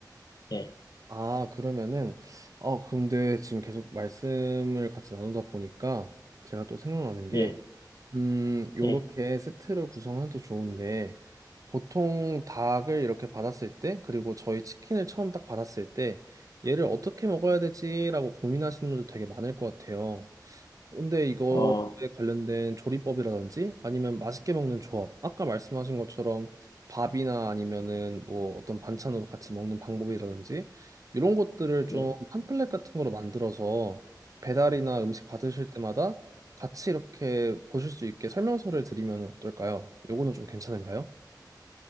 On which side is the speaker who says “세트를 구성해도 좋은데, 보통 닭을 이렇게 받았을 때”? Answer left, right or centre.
Right